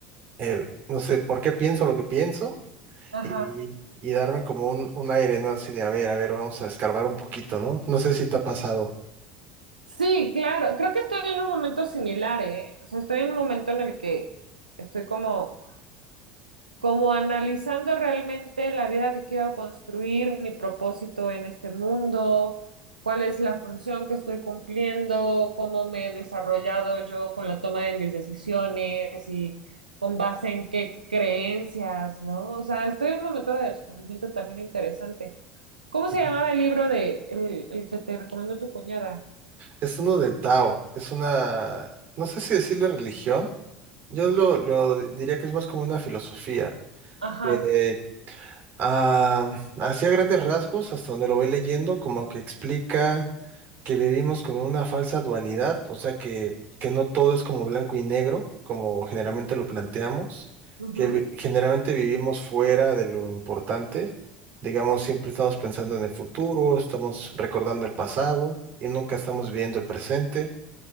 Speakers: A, on the right; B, on the right.
A: eh, no sé por qué pienso lo que pienso
B: Ajá.
A: y, y darme como un, un aire, ¿no? Así de, a ver, a ver, vamos a escarbar un poquito, ¿no? No sé si te ha pasado.
B: Sí, claro. Creo que estoy en un momento similar, ¿eh? O sea, estoy en un momento en el que estoy como como analizando realmente la vida que quiero construir, mi propósito en este mundo, cuál es la función que estoy cumpliendo, cómo me he desarrollado yo con la toma de mis decisiones y con base en qué creencias, ¿no? O sea, estoy en un momento de descubrimiento también interesante. ¿Cómo
A: Ujú.
B: se llamaba el libro de el, el que te recomendó tu cuñada?
A: Es uno del Tao, es una, no sé si decirle religión, yo lo, lo diría que es más como una filosofía.
B: Ajá.
A: eh, Ah, así a grandes rasgos, hasta donde lo voy leyendo, como que explica que vivimos con una falsa dualidad, o sea que, que no todo es como blanco y negro, como generalmente lo planteamos,
B: ujú,
A: que vi- generalmente vivimos fuera de lo importante, digamos, siempre estamos pensando en el futuro, estamos recordando el pasado y nunca estamos viviendo el presente